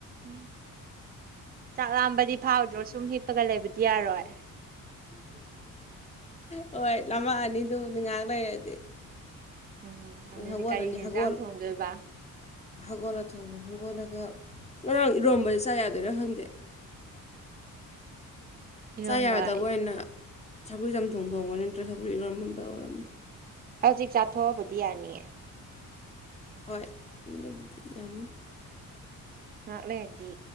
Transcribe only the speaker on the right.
ꯎꯝ ꯆꯥꯛ ꯂꯥꯝꯕꯗꯤ ꯐꯥꯎꯗ꯭ꯔꯣ ꯁꯨꯝ ꯍꯤꯞꯄꯒ ꯂꯩꯕꯗꯤ ꯌꯥꯔꯣꯏ
ꯎꯝ ꯑꯗꯨꯗꯤ
ꯀꯔꯤ
ꯌꯦꯟꯖꯥꯡ
ꯊꯣꯡꯗꯣꯏꯕ
ꯏꯔꯣꯝꯕ
ꯍꯧꯖꯤꯛ ꯆꯥꯊꯣꯛꯑꯕꯗꯤ ꯌꯥꯅꯤꯌꯦ
ꯉꯍꯥꯛꯂꯦ ꯍꯥꯏꯗꯤ